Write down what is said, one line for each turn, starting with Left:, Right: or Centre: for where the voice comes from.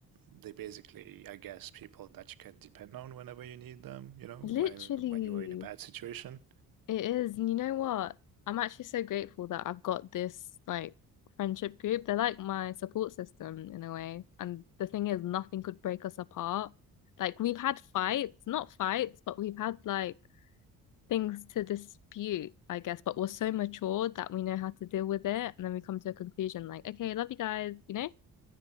Right: they basically, I guess, people that you can depend on whenever you need them, you know,
Left: Literally.
Right: when when you are in a bad situation.
Left: It is. And you know what? I'm actually so grateful that I've got this like friendship group. They're like my support system in a way. And the thing is, nothing could break us apart. Like we've had fights, not fights, but we've had like things to dispute, I guess. But we're so mature that we know how to deal with it. And then we come to a conclusion like, okay, love you guys, you know?